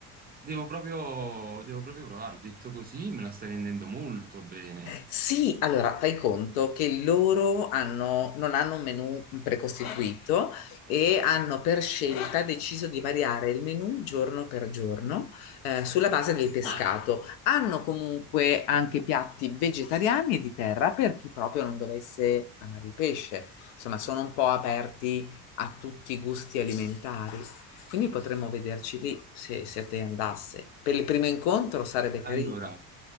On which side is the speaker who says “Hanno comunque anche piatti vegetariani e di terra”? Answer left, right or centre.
Left